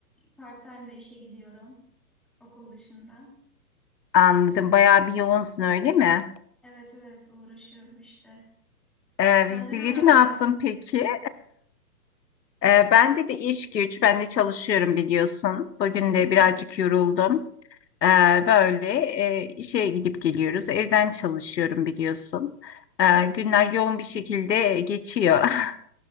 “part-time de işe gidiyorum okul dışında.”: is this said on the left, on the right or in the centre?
Centre